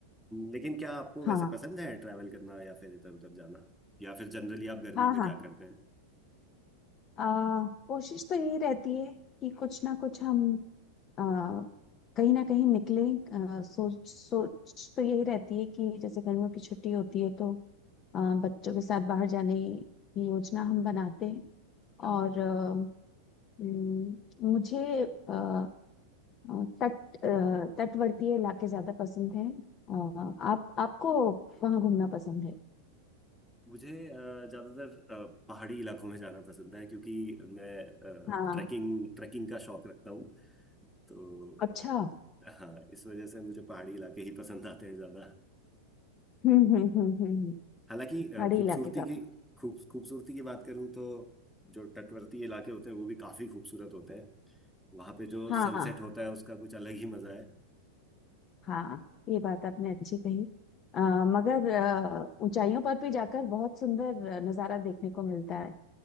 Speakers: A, in the centre; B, on the left.
A: लेकिन क्या आपको
B: हाँ
A: वैसे पसंद है ट्रैवल करना या फिर इधर उधर जाना या फिर जनरली आप गर्मी
B: हाँ
A: में
B: हाँ
A: क्या करते हैं
B: आ, कोशिश तो यही रहती है कि कुछ ना कुछ हम आ, कहीं ना कहीं निकले आ, सोच सोच तो यही रहती है कि जैसे गर्मियों की छुट्टी होती है तो आ, बच्चों के साथ बाहर जाने की योजना हम बनाते हैं
A: हाँ
B: और आ, हम्म, मुझे आ, आ, तट आ, तटवर्ती इलाके ज्यादा पसंद हैं आ, आप आपको कहाँ घूमना पसंद है
A: मुझे अ, ज्यादातर अ, पहाड़ी इलाकों में जाना पसंद है क्योंकि मैं
B: हाँ
A: ट्रैकिंग ट्रैकिंग का शौक रखता हूँ तो
B: अच्छा
A: हाँ इस वजह से मुझे पहाड़ी इलाके ही पसंद आते हैं ज्यादा
B: हम्म हम्म हम्म हम्म, हम्म।
A: हालांकि
B: पहाड़ी
A: अ, खूबसूरती
B: इलाके का
A: की खूब खूबसूरती की बात करूँ तो जो तटवर्ती इलाके होते हैं वो भी काफी खूबसूरत होते हैं वहां पे जो
B: हाँ
A: सनसेट होता है उसका कुछ अलग ही मजा है
B: हाँ ये बात आपने अच्छी कही अ, मगर अ, ऊंचाइयों पर भी जाकर बहुत सुंदर अ, नजारा देखने को मिलता है